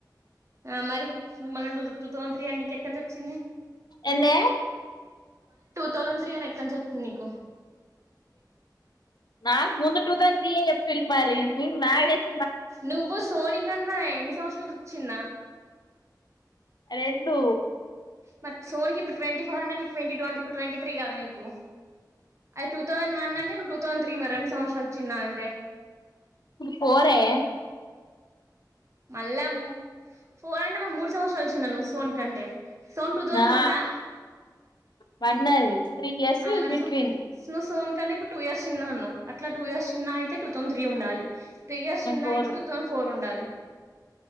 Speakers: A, on the right (about 40°); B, on the left (about 70°).
A: ఆ మరి నువ్వు మళ్ళ నువ్వు టూ థౌసన్ త్రీ అని నీకెక్కనుంచొచ్చింది
B: ఏందే
A: తౌసన్ త్రీ అని ఎక్కనుంచొచ్చింది నీకు
B: నాకు ముందు టూ తౌసన్ త్రీ ఏ జెప్పిల్లు మరి మీం మ్యారేజ్
A: నువ్వు సోని గన్నా ఎన్ని సంవత్సరాలురు చిన్న
B: రెండు
A: మరి సోని కి ఇప్పుడు ట్వంటీ ఫోర్ అంట నీకు ట్వంటీ ట్వంటీ పు ట్వంటీ త్రీ కదా నీకు అది టూ థౌసండ్ వన్ అంటే నువ్ తౌసన్ త్రీ మరి రెండు సంవత్సరాలు చిన్న అంటే
B: పోరే
A: మళ్ళా ము ఫోర్ అంటే మ మూడు సంవత్సరాలు చిన్న సోని కంటే సోన్ టూ థౌసండ్
B: ఆ
A: వన్నా
B: వన్ అది త్రీ ఇయర్స్
A: ఆ మరి
B: బిట్వీన్
A: సో నువ్వు సోన్ కంటే ఇప్పుడు టూ ఇయర్స్ చిన్న అన్నవ్ అట్ల టూ ఇయర్స్ చిన్న అయితే టు థౌసండ్ త్రీ ఉండాలి త్రీ ఇయర్స్ చిన్న
B: ఫోర్
A: అయితే టూ థౌసండ్ ఫోర్ ఉండాలి